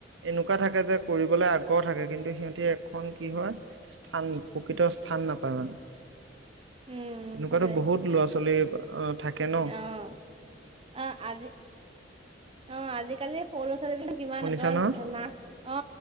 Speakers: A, on the right; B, on the right.
A: এনেকুৱা থাকে যে কৰিবলৈ আগ্ৰহ থাকে কিন্তু সিহঁতি এখন কি হয় স্থান প্ৰকৃত স্থান ্থান নাপায় মানে
B: <unintelligible> উম
A: তেনেকুৱাতো
B: সেইটোৱে
A: বহুত ল'ৰা ছোৱালী। থাকে ন
B: অ', অ', আজি। অ', আজিকালি সৰু ল' ছোৱালী বু কিমান
A: শুনিছা নহয়?
B: আ নাচ অ